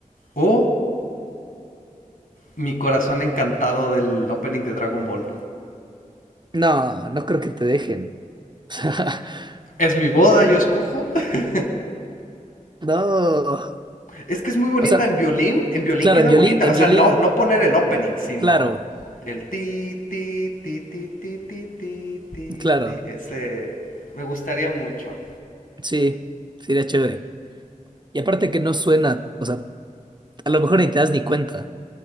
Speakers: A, on the left (about 80°); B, on the right (about 35°).
A: o mi corazón encantado del opening de Dragon Ball.
B: No, no creo que te dejen. <laughs>
A: Es mi boda, yo escojo. <laughs>
B: No.
A: Es que es muy bonita
B: O sea,
A: en violín. En violín
B: claro,
A: queda
B: en violín,
A: bonita.
B: en
A: O sea,
B: violín,
A: no, no poner el opening, sino
B: claro.
A: el ti, ti, ti, ti, ti, ti, ti, ti,
B: Claro,
A: ti. Ese me gustaría mucho.
B: sí, sería chévere. Y aparte que no suena, o sea, a lo mejor ni te das ni cuenta.